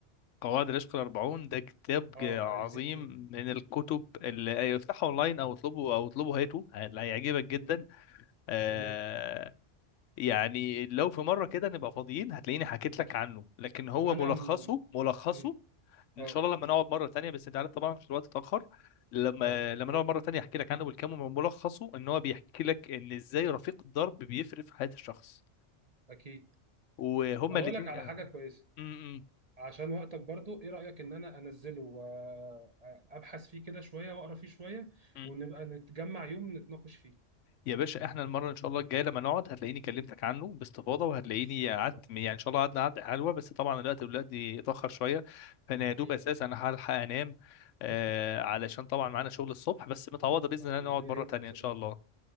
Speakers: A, on the left; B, on the right.
A: قواعد العشق الأربعون ده كتاب ج-
B: اه
A: عظيم
B: عايزين
A: من الكتب اللي افتحه أونلاين أو اطلبه أو اطلبه هاته هل- هيعجبك جدا
B: مم.
A: آه
B: تمام
A: يعني لو في مرة كده نبقى فاضيين هتلاقيني حكيت لك عنه لكن هو
B: انا
A: ملخصه
B: م...
A: ملخصه
B: مم.
A: ان
B: اه
A: شاء الله لما نقعد مره تانية بس انت عارف طبعا عشان الوقت اتاخر لما
B: اه
A: لما
B: تمام
A: نقعد مره تانية احكي لك عنه بالكامل ملخصه ان هو بيحكي لك ان ازاي رفيق الدرب بيفرق في حياه الشخص
B: اكيد
A: وهما
B: هقول
A: الاثنين
B: لك على حاجه كويسه
A: م- م-
B: عشان وقتك برضو ايه رأيك ان انا انزله وابحث فيه كده شوية واقرا فيه شوية
A: م.
B: ونبقى نتجمع يوم نتناقش فيه
A: يا باشا احنا المره ان شاء الله الجايه لما نقعد هتلاقيني كلمتك عنه باستفاضه وهتلاقيني
B: إن شاء
A: قعدت
B: الله
A: يعني ان شاء الله قعدنا قعده حلوه بس طبعا الوقت دلوقتي اتاخر شويه فانا يا
B: أكيد
A: دوب اساسا انا هلحق انام آه
B: <laughs>
A: علشان طبعا معانا شغل الصبح بس متعوضه باذن
B: الله
A: الله نقعد
B: يعينك
A: مره تانية
B: يا صديقي
A: ان شاء الله